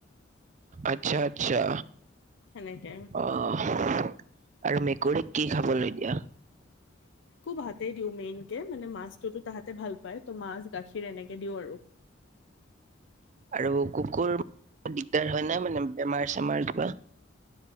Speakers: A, on the right; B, on the left.
A: আচ্ছা আচ্ছা।
B: সেনেকে
A: আহ আৰু মেকুৰীক কি খাবলৈ দিয়া।
B: ভাতেই দিও মেইন কে মানে মাছতটোতো তাহাতে ভাল পায় ত মাছ। গাখীৰ এনেকে দিওঁ আৰু
A: আৰু কুকুৰ, দিগদাৰ। হয় ন মানে বেমাৰ চমজ বা।